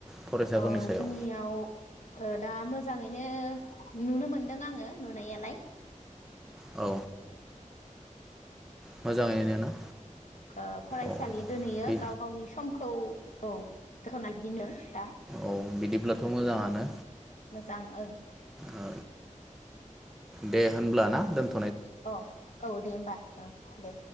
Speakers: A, in the centre; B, on the left.
A: फरायसाफोरनि
B: अ
A: सायाव
B: जोंनियाव ओ दा मोजाङैनो नुनो मोनदों आङो नुनायालाय।
A: औ मोजाङैनो ना?
B: ओ फरायसालि
A: औ
B: दोनैयो
A: बि
B: गाव गावनि सम खौ औ <unintelligible> दा
A: औ बिदिब्लाथ' मोजाङानो
B: उम मोजां ओं।
A: ओ दे होनब्लाना दोन
B: अ औ दे होमबा। ओ दे।